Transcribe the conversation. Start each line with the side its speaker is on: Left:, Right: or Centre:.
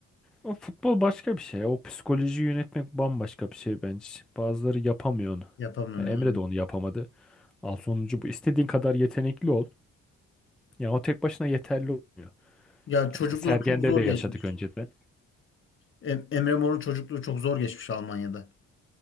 Centre: o futbol başka bir şey. O psikolojiyi yönetmek bambaşka bir şey bence. Bazıları yapamıyor onu.
Left: Yapamam
Centre: Ya Emre
Left: yani.
Centre: de onu yapamadı. Al sonucu bu. İstediğin kadar yetenekli ol. Ya o tek başına yeterli olmuyor.
Left: Ya çocukluğu
Centre: Ya İşte Sergen'de
Left: çok zor
Centre: de yaşadık
Left: geçmiş.
Centre: önceden.
Left: Em- Emre Mor'un çocukluğu çok zor geçmiş Almanya'da.